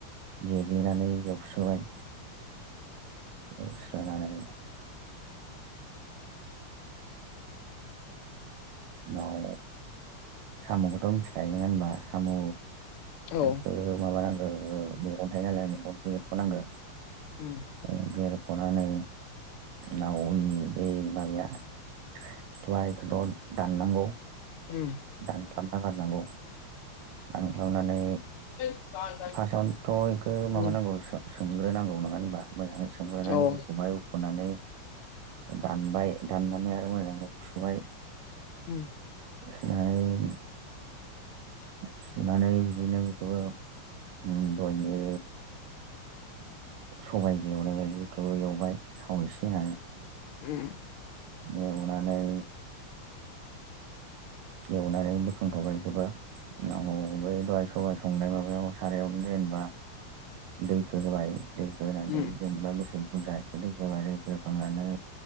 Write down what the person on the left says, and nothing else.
औ
उम
उम
<unintelligible>
उम
औ उम
उम।
उम।
उम